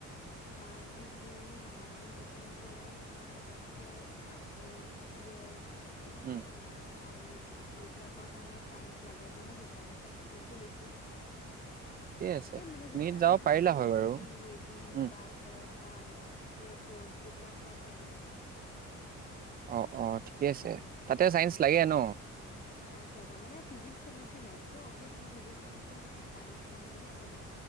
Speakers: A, on the left; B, on the right.
A: আঁ ইঞ্জিনিয়াৰিঙো নহয়। মানে, ডিফেন্সৰে তোমাৰ এফ কেট আকৌ চি ডি এছ তাৰপিছত
B: উম,
A: তোমাৰ I M U C T এইবিলাক ৰ কাৰণে চাইন্স লাগে। ত' মই সেইকাৰণে, চাইন্স টিমটো লৈছোঁ।
B: আছে
A: এই মানে যেনেকা
B: মিত যাব
A: ধৰ
B: পাৰিলা-
A: মাৰ্চেণ্ট
B: হয়
A: নেভি
B: বাৰু।
A: নেভিী
B: উম,
A: বা ধৰ এনকা এয়াৰ ফৰ্চ এইবিলাকৰ চাইডে মানে হে কৰিছে।
B: অ অ ঠিকে আছে তাতে চাইন্ঞ্চ লাগে ন
A: চাইন্স লাগে মানেিজিক্স কেমেষ্ট্ৰি মেথছটো অ'ভিয়চলি ফিজিক্স কেমেষ্ট্ৰ মেথছ চাইন্ঞ্চতে আছে ন